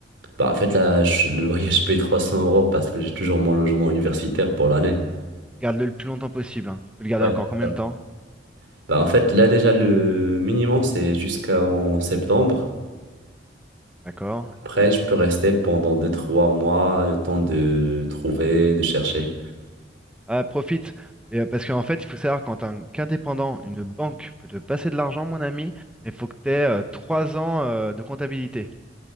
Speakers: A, on the right (about 90°); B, in the centre.
A: Bah, en fait, là, je- le loyer, je paye 300 euros parce que j'ai toujours mon logement universitaire pour l'année.
B: Garde-le le plus longtemps possible. hein. Tu peux le garder
A: Ouais,
B: encore
A: c'est
B: combien
A: sûr.
B: de temps?
A: Bah, en fait, là, déjà, le minimum, c'est jusqu'en septembre.
B: D'accord.
A: Après, je peux rester pendant deux trois mois, le temps de trouver, de chercher.
B: Ah, profite. Et, euh, parce qu'en fait, il faut savoir quand un qu'indépendant, une banque peut te passer de l'argent, mon ami, mais il faut que tu aies 3 ans euh, de comptabilité.